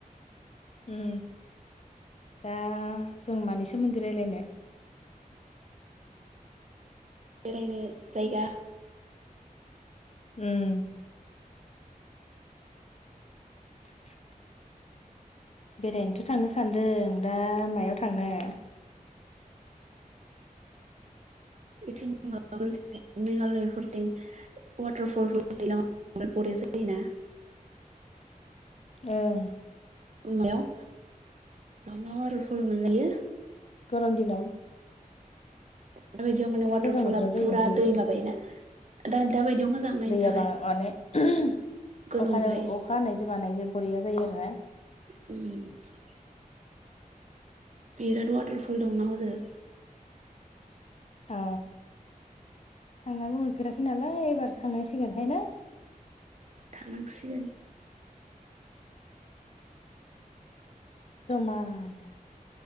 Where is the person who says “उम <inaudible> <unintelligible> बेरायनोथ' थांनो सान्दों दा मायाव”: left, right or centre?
Left